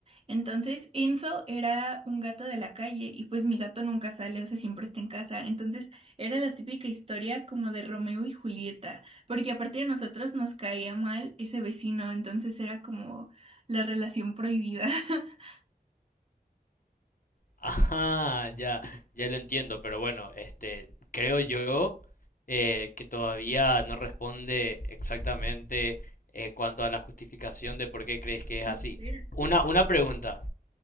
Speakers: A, on the right (about 35°); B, on the left (about 60°).
A: Entonces, Enzo era un gato de la calle y pues mi gato nunca sale, o sea, siempre está en casa. Entonces, era la típica historia como de Romeo y Julieta, porque aparte de nosotros nos caía mal ese vecino, entonces era como la relación prohibida. <laughs>
B: Ajá, ya, ya lo entiendo, pero bueno, este, creo yo eh, que todavía no responde exactamente eh, cuanto a la justificación de por qué crees que es
A: Espera.
B: así. Una, una pregunta,